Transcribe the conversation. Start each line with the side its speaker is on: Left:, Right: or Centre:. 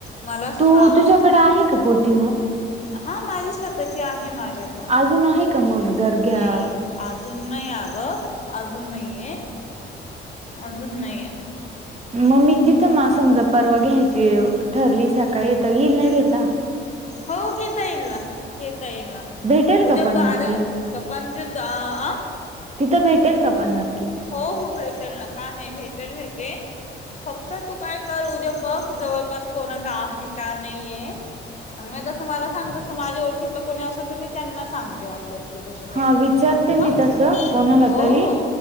Left: मला सांग
Right: तू तुझ्याकडे आहे का पोती मग?
Left: हा माझी स्वतःची आहे माझ्याकड
Right: अजून आहे का मग? जर घ्या
Left: नाही. अजून नाही अगं अजून नाही आहे, अजून नाहीय.
Right: मग मी तिथे मा समजा परवा घ्यायची ठरली सकाळी येईल ना
Left: हम्
Right: घेता.
Left: हो घेता येईल ना घेता येईल न.
Right: भेटेल का
Left: उद्या
Right: पण
Left: बरा
Right: नक्की
Left: त पणच अ <unintelligible>
Right: तिथं भेटेल का पण नक्की?
Left: हो हो भेटेल ना का नाही भेटेल भेटेल फक्त तू काय कर उद्या बघ जवळपास कोणा काड आहे का नाहीय. आणि मी तसं मला सांगतसं माझ ओळखीलं कोणी असेल तर मी त्यांना सांगते वाट नसल तस काय
Right: हा विचारते
Left: ह
Right: मी तसं कोणाला
Left: हो
Right: तरी
Left: हो.